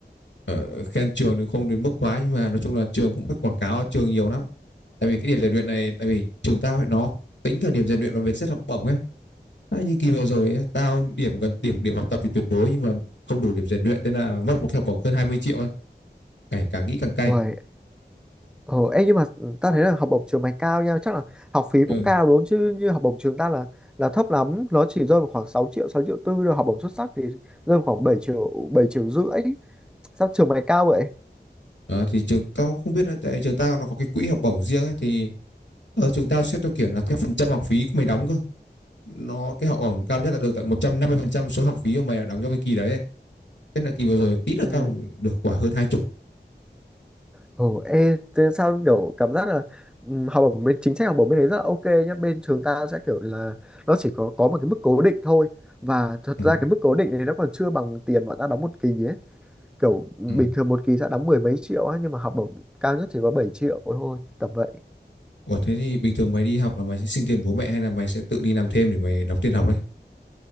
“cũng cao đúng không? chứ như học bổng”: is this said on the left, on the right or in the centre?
Centre